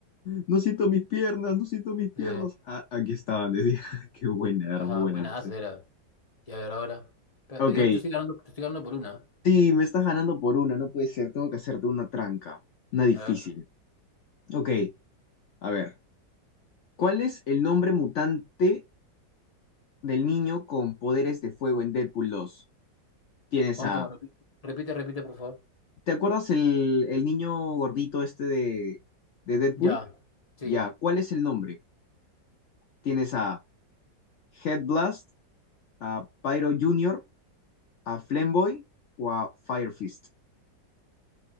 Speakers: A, on the left; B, on the left.
A: No siento mis piernas, no siento mis piernas.
B: Sí,
A: Ah, aquí estaban, decía. <laughs> Qué buena,
B: ajá,
A: era muy buena.
B: buenazo era. Y a ver, ahora. Pero,
A: Ok,
B: pero igual te estoy ganando, te estoy ganando por una. ¿eh?
A: sí, me estás ganando por una, no puede ser, tengo que hacerte una tranca, una difícil.
B: A ver,
A: Ok, a ver, ¿cuál es el nombre mutante del niño con poderes de fuego en Deadpool dos? Tienes
B: ¿cómo,
A: a...
B: cómo? Repite, repite, repite, por favor.
A: ¿Te acuerdas el, el niño gordito este de, de Deadpool?
B: Ya, sí.
A: Ya, ¿cuál es el nombre? Tienes a Headblast, a Pyro Junior, a Flamboy o a Firefist.